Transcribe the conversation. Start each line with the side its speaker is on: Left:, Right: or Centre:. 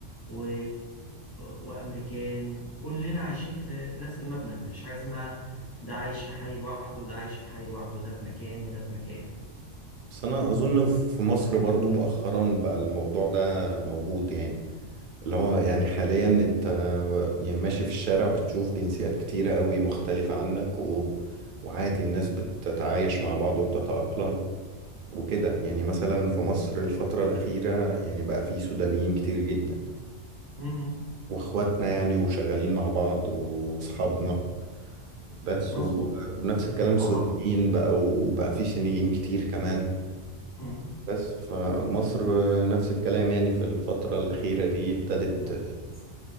Left: و... وامريكان كلنا عايشين في في نفس المبنى مفيش حاجة اسمها ده عايش في حي لوحده وده عايش في حي لوحده ده في مكان وده في مكان
Right: بس أنا أظن في مصر برضو مؤخرا بقى الموضوع ده موجود يعني اللي هو يعني حاليا أنت يعني ماشي في الشارع بتشوف جنسيات كتيرة قوي مختلفة عنك و... وعادي الناس بتتعايش مع بعض وبتتأقلم وكده يعني مثلا في مصر الفترة الأخيرة يعني بقى في سودانيين كتير جدا
Left: مم.
Right: واخواتنا يعني وشغالين مع بعض واصحابنا بس
Left: مظبوط
Right: و... ونفس الكلام سوريين
Left: هو
Right: بقى وبقى في صينيين كتير كمان
Left: مم.
Right: بس فمصر نفس الكلام يعني في الفترة الأخيرة دي ابتدت
Left: لا، بس